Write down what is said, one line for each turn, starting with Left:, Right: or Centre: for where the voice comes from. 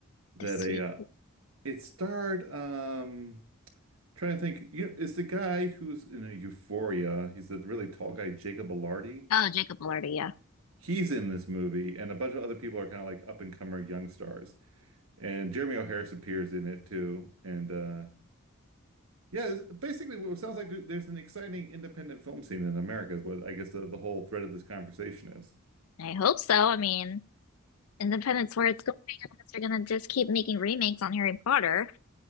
Right: that
Left: this
Right: a
Left: week.
Right: uh, it starred um Trying to think, you know, is the guy who's in a Euphoria, he's the really tall guy, Jacob Elordi.
Left: Oh, Jacob Elordi, yeah.
Right: He's in this movie, and a bunch of other people are kind of like up and comer young stars. And Jeremy O'Harris appears in it too. And uh yeah, it's basically what it sounds like there's an exciting independent film scene in America is what I guess the, the whole thread of this conversation is.
Left: I hope so. I mean, Independence where it's going unless they're gonna just keep making remakes on Harry Potter.